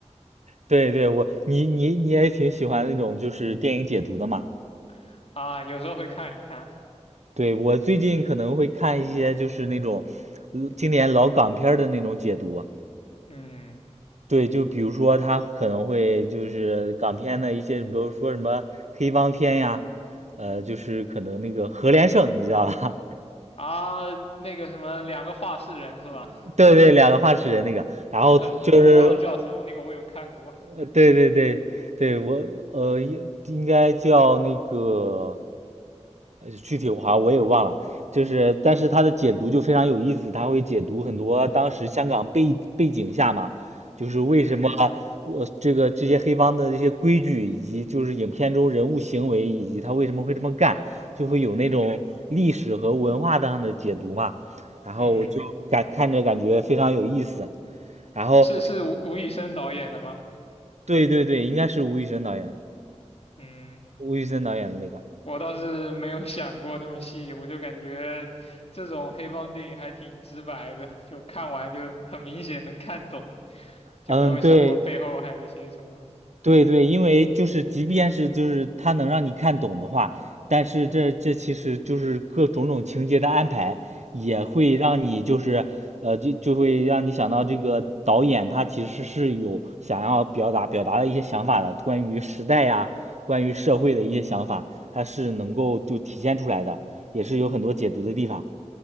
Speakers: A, on the right (about 70°); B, on the left (about 60°).
A: 对对，我你你你也挺喜欢那种就是电影解读的嘛？
B: <laughs> 啊，有时候会看一看。
A: 对，我最近可能会看一些就是那种呃经典老港片儿的那种解读，
B: 嗯，
A: 对，就比如说他可能会就是港片的一些，比如说什么黑帮片呀，呃，就是可能那个何连胜，你知道吧？
B: 啊，那个什么，两个画室人是吧？
A: <laughs> 对对，两个发齿人那个，
B: <laughs>
A: 然后就是
B: 啊，我忘了叫什么，那个我有看过。
A: 呃对对对对，我呃应应该叫那个具体我好像我也忘了，就是但是他的解读就非常有意思，他会解读很多当时香港背背景下嘛，就是为什么
B: 嗯
A: 我这个这些黑帮的这些规矩，以及就是影片中人物行为，以及他为什么会这么干，就会有那种历史和文化上的解读嘛。
B: 嗯
A: 然后我就感看着感觉非常有意思。
B: 嗯，
A: 然后
B: 是是吴吴宇森导演的吗？
A: 对对对，应该是吴宇森导演，
B: 嗯，
A: 吴宇森导演的那个。
B: 我倒是没有想过那么细，我就感觉这种黑帮电影还挺直白的，就看完就很明显能看懂，就没有想过背后还有一些什么。
A: 嗯，对，对对，因为就是即便是就是它能让你看懂的话，但是这这其实就是各种种情节的安排，也会让你就是呃就就会让你想到这个导演他其实是有想要表达表达的一些想法的，
B: 嗯
A: 关于时代呀，关于社会的一些想法，它是能够就体现出来的，也是有很多解读的地方。